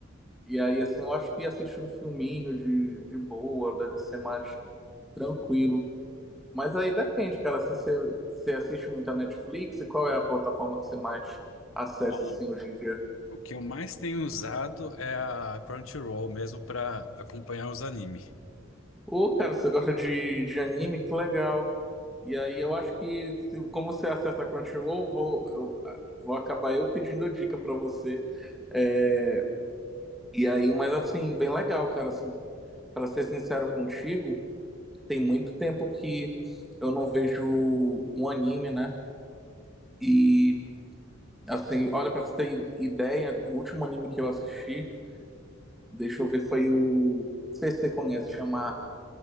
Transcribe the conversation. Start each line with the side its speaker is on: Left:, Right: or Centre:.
Centre: E aí, assim, eu acho que assistir um filminho de, de boa deve ser mais tranquilo. Mas aí depende, cara, assim, você, você assiste muito a Netflix e qual é a plataforma que você mais acessa,
Left: Ó,
Centre: assim, hoje em dia?
Left: o que eu mais tenho usado é a Crunchyroll mesmo pra acompanhar os animes.
Centre: Ô, cara, você gosta de, de anime? Que legal. E aí eu acho que, se- como você acessa a Crunchyroll, vou, eu ah, vou acabar eu pedindo dica pra você. É, e aí, mas assim, bem legal, cara, assim, para ser sincero contigo, tem muito tempo que eu não vejo um anime, né? E, assim, olha, pra você ter ideia, o último anime que eu assisti Deixa eu ver, foi o. Não sei se você conhece, chama